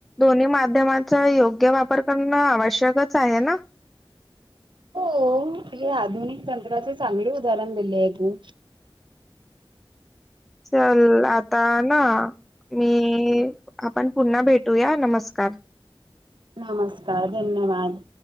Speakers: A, in the centre; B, on the right.
A: दोन्ही माध्यमांचा योग्य वापर करणं आवश्यकच आहे ना?
B: हो... हे आधुनिक तंत्राचे चांगले उदाहरण दिले आहे तू.
A: चल... आता ना मी आपण पुन्हा भेटूया नमस्कार.
B: नमस्कार धन्यवाद.